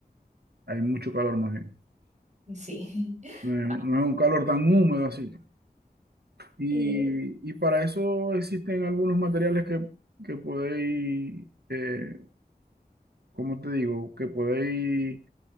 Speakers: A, on the right (about 80°); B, on the right (about 45°).
A: hay mucho calor más bien.
B: sí. <laughs>
A: No es,
B: Ah,
A: no es un calor tan húmedo así. Y,
B: eh,
A: y para eso existen algunos materiales que, que podéis, eh, ¿cómo te digo? Que podéis